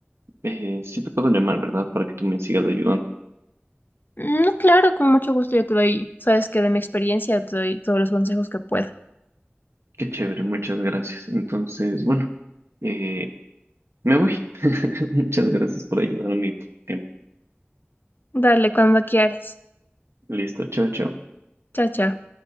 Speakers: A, on the right; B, on the left.
A: eh, sí te puedo llamar, ¿verdad? Para que tú me sigas ayudando.
B: No, claro, con mucho gusto yo te doy, sabes que de mi experiencia te doy todos los consejos que puedo.
A: Qué chévere, muchas gracias. Entonces, bueno, eh, me voy. <laughs> Muchas gracias por ayudarme y por tu tiempo.
B: Dale, cuando quieras.
A: Listo, chao, chao.
B: Chao, chao.